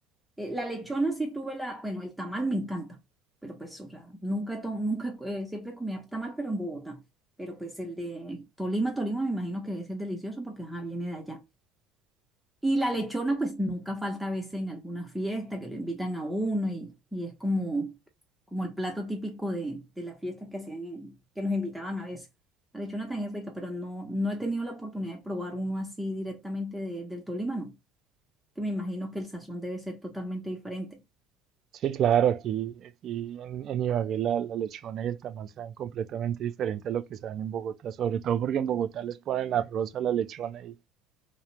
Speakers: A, in the centre; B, on the right (about 50°).
A: Eh, la lechona sí tuve la, bueno, el tamal me encanta, pero pues, o sea, nunca, to- nunca, eh, siempre comía tamal, pero en Bogotá. Pero pues el de Tolima, Tolima me imagino que ese es delicioso porque ajá, viene de allá. Y la lechona, pues nunca falta a veces en alguna fiesta que lo invitan a uno y, y es como, como el plato típico de, de las fiestas que hacían en, que nos invitaban a veces. La lechona también es rica, pero no, no he tenido la oportunidad de probar uno así directamente de- del Tolima, no. Que me imagino que el sazón debe ser totalmente diferente.
B: Sí, claro, aquí, aquí en, en Ibagué la, la lechona y el tamal saben completamente diferente a lo que saben en Bogotá, sobre todo porque en Bogotá les ponen arroz a la lechona y,